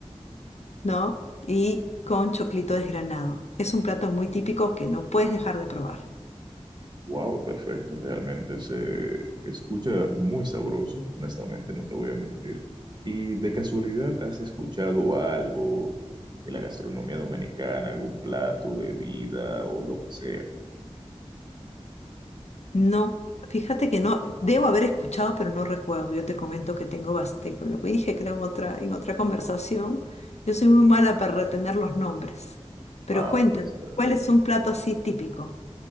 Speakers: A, on the left (about 70°); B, on the right (about 40°).
A: ¿no? Y con choclito desgranado. Es un plato muy típico que no puedes dejar de probar.
B: Wow, perfecto, realmente se escucha muy sabroso, honestamente, no te voy a mentir. ¿Y de casualidad has escuchado algo de la gastronomía dominicana, algún plato, bebida o lo que sea?
A: No, fíjate que no, debo haber escuchado, pero no recuerdo. Yo te comento que tengo basteco, lo que dije creo en otra, en otra conversación. Yo soy muy mala para retener los nombres. Pero
B: Ah,
A: cuéntame,
B: pues perfecto.
A: ¿cuál es un plato así típico?